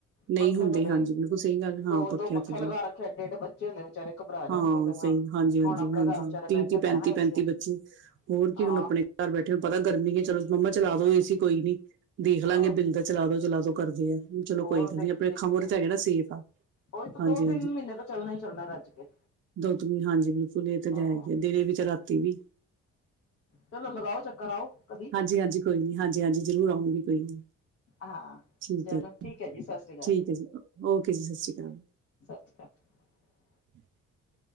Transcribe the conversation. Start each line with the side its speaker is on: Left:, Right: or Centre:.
Right: ਨਹੀਂ
Left: ਪੱਖਿਆਂ
Right: ਹੁੰਦੇ
Left: ਥੱਲੇ
Right: ਹਾਂਜੀ ਬਿਲਕੁਲ ਸਹੀ ਗੱਲ ਹਾਂ
Left: ਦੋ
Right: ਪੱਖਿਆ
Left: ਦੋ ਪੱਖੇ
Right: ਥੱਲੇ
Left: ਲਗਾ ਰੱਖੇ ਏਡੇ ਏਡੇ ਬੱਚੇ ਹੁੰਦੇ ਵਿਚਾਰੇ ਘਬਰਾ ਜਾਣਗੇ
Right: ਹਾਂ
Left: ਪਹਿਲਾ
Right: ਸਹੀ ਹਾਂਜੀ ਹਾਂਜੀ
Left: ਹੁਣ ਆਪਣੇ
Right: ਹਾਂਜੀ
Left: ਘਰ ਵਿਚਾਰੇ
Right: ਤੀਹ
Left: ਬੈਠੇ।
Right: ਤੀਹ
Left: ਤਾਂ
Right: ਪੈਂਤੀ
Left: ਹੈ ਨਾ ਏਸੀਆਂ
Right: ਪੈਂਤੀ
Left: ਚ
Right: ਹੋਰ
Left: ਹਾਂ
Right: ਕੀ ਹੁਣ ਆਪਣੇ ਘਰ ਬੈਠੇ ਹੋ ਪਤਾ ਗਰਮੀ ਹੈ ਚਲੋ ਮੰਮਾ ਚਲਾਦੋ ਏਸੀ ਕੋਈ ਨੀ ਦੇਖਲਾਗੇ
Left: ਹਾਂ
Right: ਬਿੱਲ ਦਾ ਚਲਾ ਦੋ ਚਲਾ ਦੋ ਕਰਦੇ ਆ ਚਲੋ
Left: ਹੋਰ
Right: ਕੋਈ ਨਾ
Left: ਦੇਖੀ
Right: ਆਪਣੀ
Left: ਜਾਏਗੀ
Right: ਅੱਖਾਂ ਮੁਹਰੇ
Left: ਫਿਰ
Right: ਤੇ ਹੈਗੇ ਨਾ ਸੇਫ ਆ।
Left: ਉਹੀ ਤਾ
Right: ਹਾਂਜੀ
Left: ਦੋ ਤਿੰਨ ਮਹੀਨੇ ਤੇ ਚੱਲਣਾ ਹੀ ਚੱਲਣਾ ਰੱਜ ਕੇ,
Right: ਦੁੱਧ ਵੀ ਹਾਂਜੀ ਬਿਲਕੁਲ ਇਹ ਤੇ
Left: ਹਾਂ
Right: ਆ ਦਿਨ ਵੀ ਤੇ ਰਾਤੀ ਵੀ
Left: ਚਲੋ ਲਗਾਓ ਚੱਕਰ ਆਓ, ਕਦੀ
Right: ਹਾਂਜੀ-ਹਾਂਜੀ ਕੋਈ ਨੀ ਹਾਂਜ- ਹਾਂਜੀ ਜਰੂਰ ਆਉਗੀ ਕੋਈ ਨੀ
Left: ਹਾਂ
Right: ਠੀਕ
Left: ਚਲੋ
Right: ਹੈ
Left: ਠੀਕ ਜੀ ਸਤਿ ਸ੍ਰੀ ਅਕਾਲ
Right: ਠੀਕ ਹੈ ਜੀ ਓਕੇ ਜੀ ਸਤਿ ਸ਼੍ਰੀ ਅਕਾਲ
Left: <inaudible>
Right: ਹੂੰ, <inaudible>